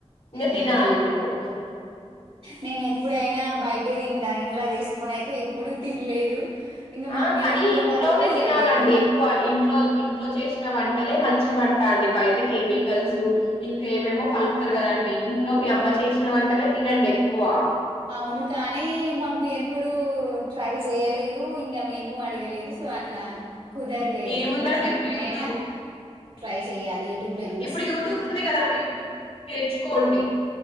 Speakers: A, on the left; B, on the right.
A: ఇంకా
B: ఉమ్
A: తినాలి మేము
B: నేను ఎప్పుడైనా బయ ఉంటే తింటా ఇంట్లా చేసుకోని అయితే ఎప్పుడు తినలేదు ఇంకా మమ్మీ
A: ఆ కానీ
B: ఇంట్లో
A: ఇంట్లోదే
B: వాళ్ళు కూడా
A: తినాలండి
B: చెయ్యరు
A: ఎక్కువ ఇంట్లోదె ఇంట్లో ఇంట్లో చేసిన వంటలే మంచి వంట అండి బయట కెమికల్స్ ఇంక ఏమేమో కలుపుతరు
B: ఆ
A: కదండి ఇంట్లో మీ అమ్మ చేసిన వంటలే తినండి ఎక్కువ
B: అవును కానీ మమ్మీ ఎప్పుడు ట్రై చేయలేదు ఇంగ మేము అడగలేదు సో అట్ల కుదరలేదు
A: ఏముందండి
B: ఇంకోసారి
A: ఇప్పుడు
B: ఎప్పుడైనా
A: యూట్యూబ్
B: ట్రై చెయ్యాలి యూట్యూబ్ లో చూసి
A: ఇప్పుడు యూట్యూబ్ ఉంది కదా అండి యూట్యూబ్ చూసి నేర్చుకోండి